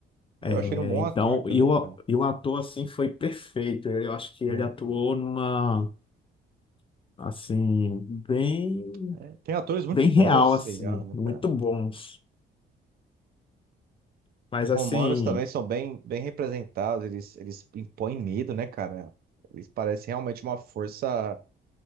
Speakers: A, on the right; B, on the left.
A: eu achei
B: É,
A: ele um bom
B: Então,
A: ator também,
B: e o,
A: cara.
B: e o ator, assim, foi perfeito. Ele- Eu acho que
A: Muito.
B: ele atuou numa, assim, bem,
A: É, Tem atores muito
B: bem
A: bons
B: real,
A: esse
B: assim,
A: serial, né,
B: muito
A: cara?
B: bons. Mas,
A: Os romanos
B: assim,
A: também são bem, bem representados, eles, eles impõem medo, né, cara? Eles parecem realmente uma força